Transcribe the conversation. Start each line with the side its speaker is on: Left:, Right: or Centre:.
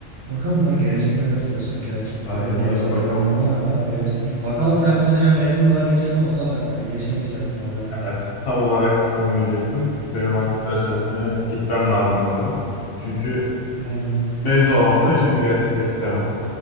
Right: Bakalım kanka gelecek ne gösterecek ya. İkimizin
Left: Aynen
Right: de gelecek
Left: öyle bakalım.
Right: planları var ama belirsiz. Bakalım sen bu sene mezun olabilecek mi? O da var. Belki geçemeyeceğiz sınavları.
Left: Evet, tam olarak onu diyecektim. Benim artık ders çalışmaya gitmem lazım sanırım. Çünkü
Right: Aynen.
Left: mezun olamazsam hiçbirini gerçekleştiremem.